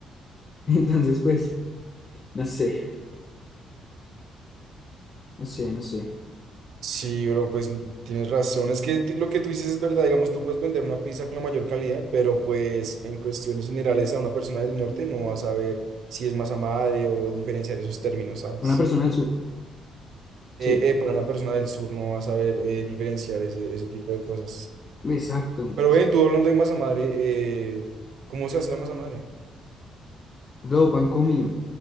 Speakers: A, on the left; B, on the right.
A: <laughs> Entonces, pues, no sé, no sé, no sé.
B: Sí, bro, pues tienes razón. Es que ti- lo que tú dices es verdad. Digamos, tú puedes vender una pizza con la mayor calidad, pero pues en cuestiones generales a una persona del norte no va a saber si es masa madre o diferenciar esos términos, ¿sabes?
A: Una persona del sur, sí,
B: Eh, eh, para una persona del sur no va a saber eh, diferenciar ese, ese tipo de cosas.
A: exacto,
B: Pero
A: sí.
B: ven, tú hablando de masa madre, eh, ¿cómo se hace la masa madre?
A: Lo pan comido.